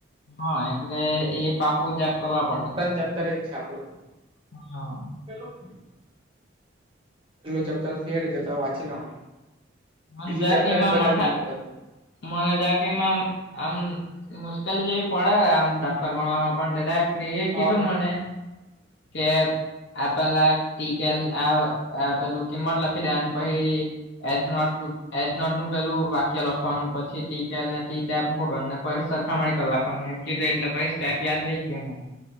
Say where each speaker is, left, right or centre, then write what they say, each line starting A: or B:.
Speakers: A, on the left; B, on the right.
A: હા એટલે એ પાકુ જાગ કરવા પડે.
B: ચેપ્તર જ છે આપડું.
A: હા.
B: પહેલું ચેપ્ટર થિયરી છે તો વાંચી લેવાની.
A: મને
B: બીજું
A: જરાક
B: ચેપ્ટર
A: એમાં
B: જ બધાથી
A: મઠા
B: ઇમ્પોર્ટન્ટ
A: મને જ કે એમાં આમ મુશ્કેલી જેવી પડે આમ દાખલા ગણવામાં પણ તે ડાયરેક્ટ ક એ
B: હા
A: કીધું મને કે આ પેલા ટીકેલ આ પેલું કિંમત લખી દેવાની પહી- એચ નોટ એચ નોટ નું પેલું વાક્ય લખવાનું પછી ટી ટેલ અને ટી ટેબ <unintelligible> પ સરખામણી કર નાખવાની એમ કીધું એટલે પછી સ્ટેપ યાદ રહી ગયા મને